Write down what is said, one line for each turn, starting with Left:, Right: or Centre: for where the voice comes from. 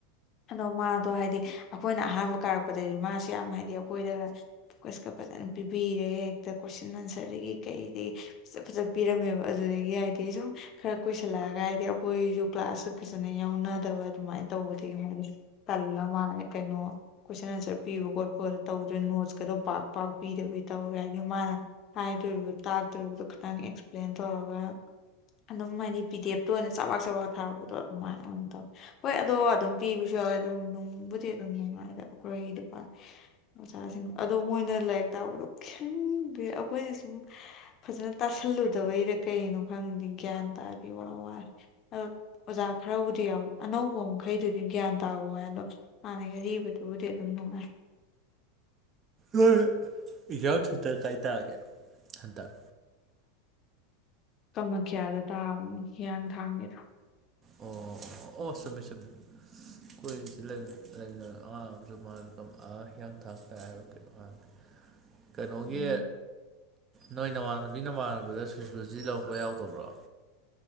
Left: ꯑꯗꯣ ꯃꯥꯗꯣ ꯍꯥꯏꯗꯤ ꯑꯈꯣꯏꯅ ꯑꯍꯥꯟꯕ ꯀꯥꯔꯛꯄꯗꯗꯤ ꯃꯥꯁꯦ ꯌꯥꯝ ꯍꯥꯏꯗꯤ ꯑꯈꯣꯏꯗꯒ ꯀ꯭ꯋꯦꯁꯀ ꯐꯖꯅ ꯄꯤꯕꯤꯔꯦ ꯍꯦꯛꯇ ꯀꯣꯏꯁꯟ ꯑꯟꯁꯔꯗꯒꯤ ꯀꯩꯗꯩꯩ ꯐꯖ ꯐꯖ ꯄꯤꯔꯝꯃꯦꯕ ꯑꯗꯨꯗꯒꯤ ꯍꯥꯏꯗꯤ ꯁꯨꯝ ꯈꯔ ꯀꯨꯏꯁꯜꯂꯛ ꯑꯒ ꯍꯥꯏꯗꯤ ꯑꯩꯈꯣꯏꯖꯨ ꯀ꯭ꯂꯥꯁꯁꯨ ꯐꯖꯅ ꯌꯥꯎꯅꯗꯕ ꯑꯗꯨꯃꯥꯏꯅ ꯇꯧꯕꯗꯒꯤ ꯃꯗꯨꯁꯨ ꯇꯜꯂ ꯃꯥꯜꯂꯦ ꯀꯩꯅꯣ ꯀꯣꯏꯁꯟ ꯑꯟꯁꯔ ꯄꯤꯕ ꯈꯣꯠꯄꯒꯗꯣ ꯇꯧꯗ꯭ꯔꯦ ꯅꯣꯠꯁꯀꯗꯣ ꯄꯥꯛ ꯄꯥꯛ ꯄꯤꯗꯕꯤ ꯇꯧꯔꯦ ꯍꯥꯏꯗꯤ ꯃꯥꯅ ꯍꯥꯏꯗꯣꯔꯤꯕ ꯇꯥꯛꯇꯣꯔꯤꯕꯗꯣ ꯈꯥꯇꯪ ꯑꯦꯛꯁꯄ꯭ꯂꯦꯟ ꯇꯧꯔꯒ ꯑꯗꯨꯝ ꯍꯥꯏꯗꯤ ꯄꯤ ꯗꯤ ꯑꯦꯐ ꯇꯣꯏꯅ ꯆꯕꯥꯛ ꯆꯕꯥꯛ ꯊꯥꯔꯛꯄꯗꯣ ꯑꯗꯨꯃꯥꯏꯅ ꯑꯣꯏꯅ ꯇꯧꯋꯤ ꯍꯣꯏ ꯑꯗꯣ ꯑꯗꯨꯝ ꯄꯤꯕꯁꯨ ꯌꯥꯎꯋꯦ ꯑꯗꯨꯝ ꯅꯨꯡꯕꯨꯗꯤ ꯑꯗꯨꯝ ꯅꯨꯡꯉꯥꯏꯗ ꯑꯩꯈꯣꯏ ꯗꯨꯀꯥꯟ ꯑꯣꯖꯥꯁꯤꯡ ꯑꯗꯣ ꯃꯣꯏꯅ ꯂꯥꯏꯔꯤꯛ ꯇꯥꯛꯄꯗꯣ ꯈꯪꯗꯦ ꯑꯩꯈꯣꯏꯅ ꯁꯨꯝ ꯐꯖꯅ ꯇꯥꯁꯜꯂꯨꯗꯕꯩꯗ ꯀꯩꯅꯣ ꯈꯪꯗꯦ ꯒ꯭ꯌꯥꯟ ꯇꯥꯗꯦ ꯋꯥ ꯋꯥ ꯑꯗꯣ ꯑꯣꯖꯥ ꯈꯔꯕꯨꯗꯤ ꯌꯥꯎꯋꯦ ꯑꯅꯧꯕ ꯃꯈꯩꯗꯨꯗꯤ ꯒ꯭ꯌꯥꯟ ꯇꯥꯕ ꯋꯥꯏ ꯑꯗꯣ ꯍꯥꯟꯅꯒꯤ ꯑꯔꯤꯕꯗꯨꯕꯨꯗꯤ ꯑꯗꯨꯝ ꯅꯨꯡꯉꯥꯢ
Right: ꯅꯣꯏ ꯑꯦꯛꯖꯥꯝ ꯁꯦꯟꯇꯔ ꯀꯥꯏ ꯇꯥꯒꯦ ꯍꯟꯇꯛ
Left: ꯀꯥꯃꯈꯤꯌꯥꯗ ꯇꯥꯕꯅꯤ ꯍꯤꯌꯥꯡꯊꯥꯡꯒꯤꯗꯣ
Right: ꯑꯣ ꯑꯣ ꯆꯨꯝꯃꯦ ꯆꯨꯝꯃꯤ ꯀꯣꯏꯁꯤ ꯂꯩꯃꯤꯟꯅ ꯂꯩꯃꯤꯟꯅ ꯑꯉꯥꯡ ꯑꯃꯁꯨ ꯃꯥ ꯄꯝꯄꯥꯠ ꯍꯤꯌꯥꯡꯊꯥꯡꯗ ꯇꯥꯏ ꯍꯥꯏꯕ꯭ꯔ ꯀꯩꯅꯣꯝ ꯍꯥꯏꯕꯅꯦ ꯀꯩꯅꯣꯒꯤ
Left: ꯎꯝ
Right: ꯅꯣꯏ ꯅꯃꯥꯟꯅꯕꯤ ꯅꯃꯥꯟꯅꯕꯗ ꯁꯣ ꯁꯤꯌꯣꯂꯣꯖꯤ ꯂꯧꯕ ꯌꯥꯎꯗꯕ꯭ꯔꯣ